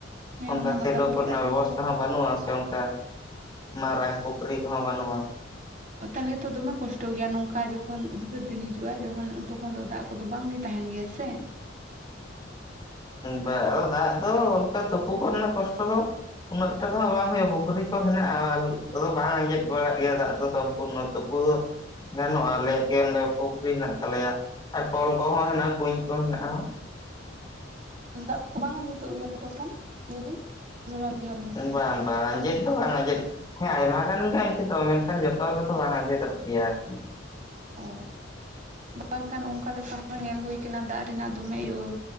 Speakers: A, on the right; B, on the left.
A: ᱦᱮᱸ
B: ᱚᱱᱠᱟ
A: ᱚᱱᱟᱢᱟ
B: ᱥᱮᱞᱳ
A: ᱠᱟᱛᱷᱟ ᱜᱮ
B: ᱠᱚ ᱨᱮᱱᱟᱜ
A: ᱟᱨ ᱚᱱᱠᱟ
B: ᱵᱮᱵᱚᱥᱛᱷᱟ ᱦᱚᱸ ᱵᱟᱹᱱᱩᱜᱼᱟ ᱥᱮ ᱚᱱᱠᱟ ᱢᱟᱨᱟᱝ ᱯᱩᱠᱷᱨᱤ ᱠᱚᱦᱚᱸ ᱵᱟᱹᱱᱩᱜᱼᱟ᱾
A: ᱛᱟᱦᱚᱞᱮ ᱛᱚ ᱫᱚᱢᱮ ᱠᱚᱥᱴᱚ ᱜᱮᱭᱟ ᱱᱚᱝᱠᱟ ᱡᱚᱠᱷᱚᱱ ᱩᱫᱽᱜᱟᱹᱨ ᱫᱤᱱ ᱦᱤᱡᱩᱜᱼᱟ ᱡᱚᱠᱷᱚᱱ ᱩᱱ ᱛᱚᱠᱷᱚᱱ ᱫᱚ ᱫᱟᱜ ᱠᱚᱫᱚ ᱵᱟᱝ ᱜᱮ ᱛᱟᱦᱮᱱ ᱜᱮᱭᱟ ᱥᱮ᱾
B: ᱱᱟ ᱟᱫᱚ ᱫᱟᱜ ᱫᱚ ᱚᱱᱠᱟ ᱛᱳᱯᱳ ᱠᱚ ᱨᱮᱱᱟᱜ ᱠᱚᱥᱴᱚ ᱫᱚ ᱩᱱᱟᱹᱜ ᱴᱟ ᱫᱚ ᱵᱟᱝ ᱦᱩᱭᱩᱜᱼᱟ ᱯᱩᱠᱷᱨᱤ ᱠᱚ ᱦᱮᱱᱟᱜᱼᱟ ᱟᱫᱚ ᱵᱟᱝ ᱟᱸᱡᱮᱫ ᱵᱟᱲᱟᱜ ᱜᱮᱭᱟ ᱫᱟᱜ ᱫᱚ ᱥᱚᱢᱯᱩᱨᱱᱚ ᱠᱩᱫᱚ ᱜᱟᱱᱚᱜᱼᱟ ᱟᱞᱮᱭᱟᱜ ᱜᱮ ᱚᱸᱰᱮ ᱯᱩᱠᱷᱨᱤ ᱦᱮᱱᱟᱜ ᱛᱟᱞᱮᱭᱟ ᱟᱨ ᱠᱚᱞ ᱠᱚᱦᱚᱸ ᱦᱮᱱᱟᱜᱼᱟ ᱠᱩᱧ ᱠᱚ ᱦᱮᱱᱟᱜᱼᱟ᱾
A: ᱫᱟᱜ ᱠᱚ ᱵᱟᱝ ᱟᱸᱡᱮᱛᱚᱜ ᱜᱮᱭᱟ ᱛᱚᱠᱷᱚᱱ ᱞᱟᱹᱭ ᱫᱟᱹᱤᱧ ᱫᱷᱚᱨᱚᱱ ᱡᱟᱦᱟᱸ ᱵᱚᱱ ᱢᱮᱛᱟᱜ ᱠᱟᱱᱟ
B: ᱵᱟᱝ ᱵᱟᱝ ᱟᱸᱡᱮᱫ ᱫᱚ ᱵᱟᱝ ᱟᱸᱡᱮᱫ ᱦᱮᱸ ᱟᱭᱢᱟ ᱜᱟᱱ ᱜᱮ ᱟᱸᱡᱮᱫᱚᱜᱼᱟ᱾ ᱢᱮᱱᱠᱷᱟᱱ ᱡᱚᱛᱚ ᱨᱮᱫᱚ ᱵᱟᱝ ᱟᱸᱡᱮᱫᱚᱜ ᱜᱮᱭᱟ ᱟᱨᱠᱤ
A: ᱚ ᱵᱟᱝᱠᱷᱟᱱ ᱚᱱᱠᱟ ᱞᱮᱠᱟ ᱦᱚᱸ ᱧᱮᱞ ᱦᱩᱭ ᱠᱟᱱᱟ ᱫᱟᱜ ᱨᱮᱱᱟᱜ ᱫᱚᱢᱮ ᱤᱭᱟᱹ᱾